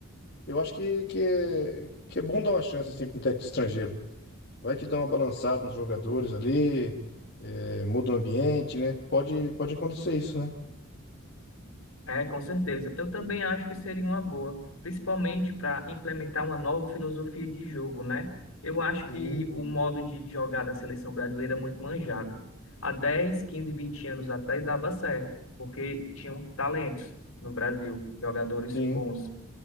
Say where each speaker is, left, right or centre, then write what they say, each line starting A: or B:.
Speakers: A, on the left (about 50°); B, on the left (about 75°).
A: Eu acho que, que, que é bom dar uma chance assim para um técnico estrangeiro. Vai que dá uma balançada nos jogadores ali, é, muda o ambiente, né? Pode, pode acontecer isso, né?
B: É, com certeza. Eu também acho que seria uma boa, principalmente para implementar uma nova filosofia de jogo, né? Eu acho
A: Sim,
B: que o modo de jogar da seleção brasileira é muito manjado. Há 10, 15, 20 anos atrás dava certo, porque tinham talentos no Brasil, jogadores
A: sim,
B: bons.